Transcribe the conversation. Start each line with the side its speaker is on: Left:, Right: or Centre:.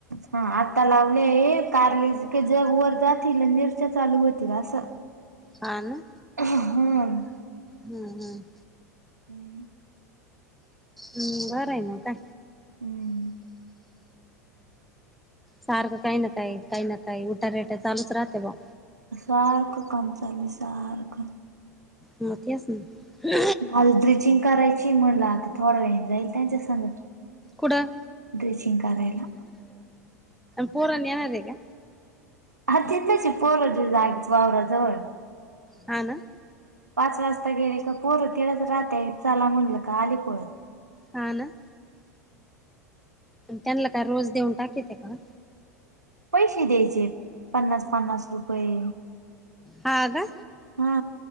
Right: हा आता लावले आहे कारली जग वर जातील मिरच्या चालू होतील असं.
Centre: हा ना
Right: हम्म
Centre: हम्म हम.
Right: हम्म.
Centre: हम् बर आहे नव्हं का?
Right: हम्म
Centre: सारखं काही ना काही काही ना काही उठ्या रेट्या चालूच राहते बा.
Right: सारख काम चाली सारखं
Centre: मग तेच ना
Right: अलड्रिचिंग करायची म्हटलं आता थोडं वेळी जाईल त्यांच्या संग.
Centre: कुठं
Right: ड्रेसिंग करायला
Centre: पोरांना येणार आहे का?
Right: हा तिथ आहे पोर जागेच वावराजवळ.
Centre: ह ना
Right: पाच वाजता गेले का पोरं तिलाच राहत चला म्हणलं का आली पळत.
Centre: हा ना त्यांना काय रोज देऊन टाकेते का?
Right: पैशे द्यायचे पन्नास पन्नास रुपये.
Centre: हा का
Right: हा